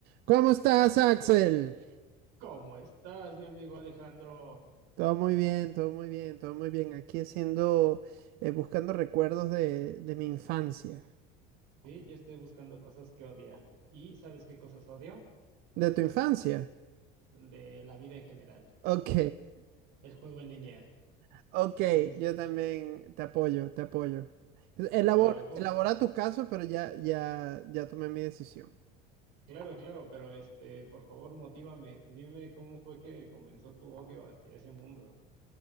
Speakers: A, on the right; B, on the right.
A: ¿Cómo estás, Axel?
B: ¿Cómo estás, mi amigo Alejandro?
A: Todo muy bien, todo muy bien, todo muy bien. Aquí haciendo, eh, buscando recuerdos de, de mi infancia.
B: Sí, yo estoy buscando cosas que odiar. ¿Y sabes qué cosas odio?
A: ¿De tu infancia?
B: De la vida en general.
A: Ok,
B: El juego en línea.
A: <laughs> ok,
B: Es...
A: yo también te apoyo, te apoyo. Elabora,
B: guau, ¿cómo?
A: elabora tu caso, pero ya, ya, ya tomé mi decisión.
B: Claro, claro, pero este, por favor, motívame. Dime cómo fue que comenzó tu odio hacia ese mundo.